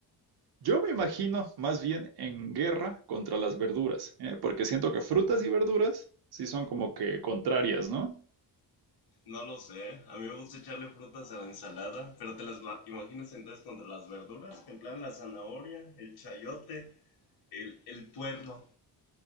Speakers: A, on the right; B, on the left.
A: Yo me imagino más bien en guerra contra las verduras, eh, porque siento que frutas y verduras sí son como que contrarias, ¿no?
B: No lo sé, a mí me gusta echarle frutas a la ensalada, pero te las ma- imaginas entonces contra las verduras, en plan la zanahoria, el chayote, el, el puerro.